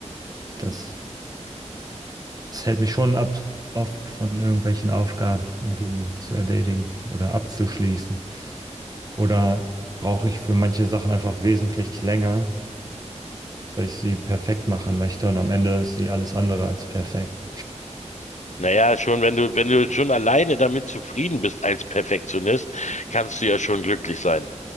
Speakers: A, on the right; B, on the left.
A: Das, das hält mich schon ab, oft von irgendwelchen Aufgaben, um die zu erledigen oder abzuschließen. Oder brauche ich für manche Sachen einfach wesentlich länger weil ich sie perfekt machen möchte und am Ende ist sie alles andere als perfekt.
B: Naja, schon, wenn du, wenn du schon alleine damit zufrieden bist als Perfektionist, kannst du ja schon glücklich sein.